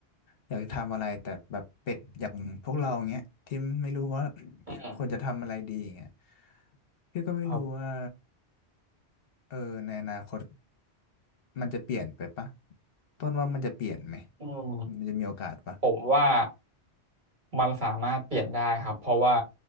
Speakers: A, on the left; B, on the right.
A: อยากทำอะไรแต่แบบเป็ดอย่างพวกเราเงี้ยที่ไม่รู้ว่า
B: อืม
A: <clears throat> ควรจะทำอะไรดีเงี้ยพี่ก็ไม่รู้ว่า
B: ครับ
A: เออในอนาคตมันจะเปลี่ยนไปปะต้นว่ามันจะเปลี่ยนไหม
B: อืม
A: มันจะมีโอกาสปะ
B: ผมว่ามันสามารถเปลี่ยนได้ครับเพราะว่า